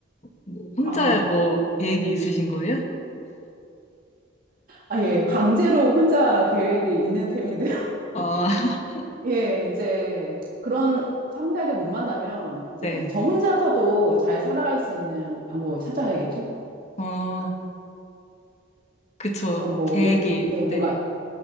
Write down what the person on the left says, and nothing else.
뭐 혼자
뭐 계획이 있으신 거예요?
아, <laughs>
네.
어, 그쵸.
계획이.
네.